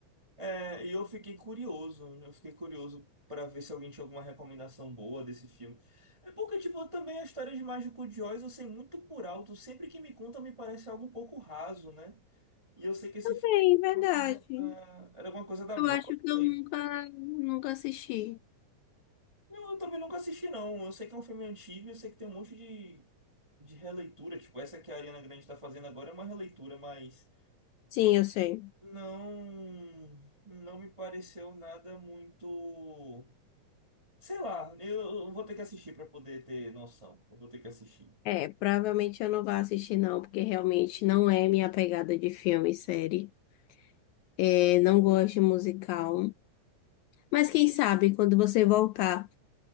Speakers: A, on the right; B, on the left.
A: É, e eu fiquei curioso, eu fiquei curioso pra ver se alguém tinha alguma recomendação boa desse filme. É porque, tipo, também a história de Mágico de Oz eu sei muito por alto, sempre que me conta me parece algo um pouco raso, né? E eu sei que esse filme
B: Bem, verdade.
A: é uma coisa da- era alguma coisa da
B: Eu
A: Broadway.
B: acho que eu nunca, nunca assisti.
A: Não, eu também nunca assisti, não. Eu sei que é um filme antigo, eu sei que tem um monte de, de releitura, tipo, essa que a Ariana Grande tá fazendo agora é uma releitura, mas
B: Sim, eu sei.
A: não, não me pareceu nada muito. Sei lá, eu vou ter que assistir para poder ter noção. Eu vou ter que assistir.
B: É, provavelmente eu não vou assistir não, porque realmente não é minha pegada de filme e série. É, não gosto de musical. Mas quem sabe, quando você voltar